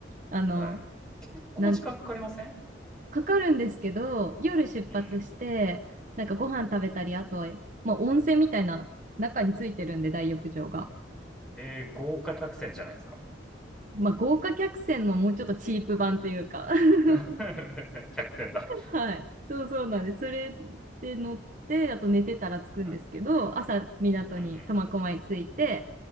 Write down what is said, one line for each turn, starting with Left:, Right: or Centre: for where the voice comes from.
Right: あの、
Centre: はい。結構時間かかりません
Right: なん、かかるんですけど、夜出発して、
Centre: うん。
Right: なんかご飯食べたり、あとは、まあ温泉みたいな中についてるんで、大浴場が。
Centre: えー豪華客船じゃないですか。
Right: まあ豪華客船のもうちょっとチープ版というか <laughs>
Centre: <laughs> 客船だ。
Right: はい。そうそうなんです。それで乗って、あと寝てたら着くんですけど、
Centre: はい。
Right: 朝港に苫小牧着いて、
Centre: うんうん。